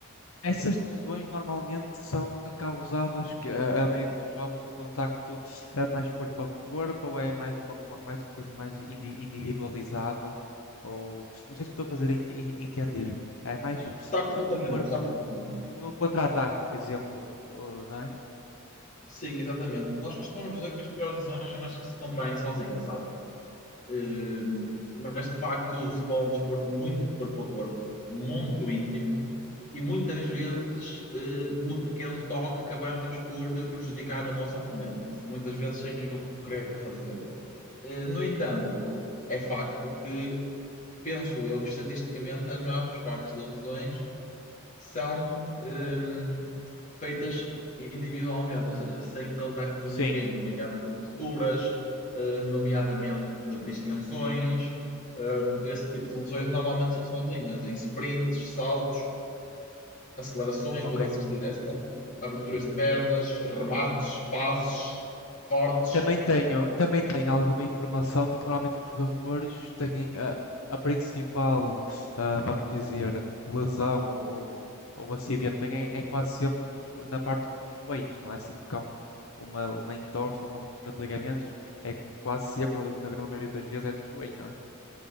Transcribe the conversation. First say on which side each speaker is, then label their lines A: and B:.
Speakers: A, on the left; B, on the left.
A: Essas lesões normalmente são causadas que- a, a meio dos jogos no contacto eh, mais corpo a corpo ou é mais uma, uma- mais uma coisa mais indi- individualizada? Ou não sei se me estou a fazer ente- en- entender. É mais
B: Está perfeitamente,
A: no corpo a corpo,
B: está perfeitamente.
A: no, no contra-ataque, por exemplo, eh, não é?
B: Sim, exatamente. Nós costumamos dizer que as piores lesões são as que se contraem sozinhas, sabe? Eh,
A: Hum,
B: mas de facto o futebol é um desporto muito corpo a corpo, muito íntimo e muitas vezes eh, no pequeno toque acabamos por prejudicar o nosso oponente, muitas vezes sem o querer fazer. Eh, no entanto, é facto que penso eu que estatisticamente as maiores partes das lesões são hum, feitas individualmente, ou seja, sem contacto com
A: Sim,
B: ninguém, nomeadamente rupturas, eh, nomeadamente de distensões. hum, esse tipo de lesões normalmente são sozinhas, em sprints, saltos, acelerações,
A: ok.
B: mudanças de direção, aberturas de pernas, remates, passes, cortes.
A: Também tenho, também tenho alguma informação de que normalmente os jogadores têm a, a principal, ah, vamos dizer, lesão ou, ou, ou acidente, têm, é quase sempre no jo- na parte dos joelhos, não é? Sempre que há um- uma, uma entorse ou uma ruptura de ligamentos, é quase sempre, ou na grande maioria das vezes, é no joelho, não é?